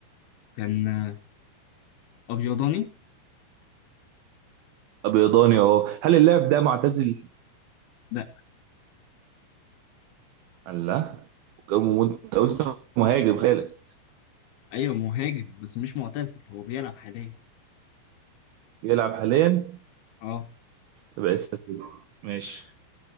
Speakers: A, on the left; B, on the right.
A: كان آه، أبيضاني؟
B: ابيضاني اهو هل اللاعب ده معتزل
A: لا
B: الله وانت قلت مهاجم خالك
A: أيوه مهاجم بس مش معتزل هو بيلعب حاليا
B: يلعب حاليا
A: اه
B: تبقى لسه فيه. ماشي